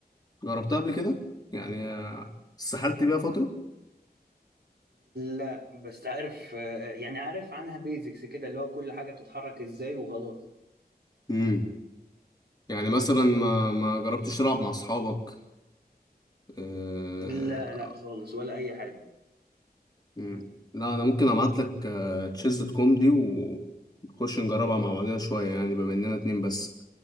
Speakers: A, on the left; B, on the right.
A: جربتها قبل كده يعني آه، سحلت بيها فتره
B: لا بس عارف آه، يعني عارف عنها بيزكس كده اللي هو كل حاجه بتتحرك ازاي وخلاص
A: امم يعني مثلا ما ما جربتش تلعب مع اصحابك آه،
B: لا لا خالص ولا اي حاجه
A: مم. لا انا ممكن ابعت لك آه، تشيز دوت كوم دي ونخش نجربها مع بعضنا شويه يعني بما اننا اتنين بس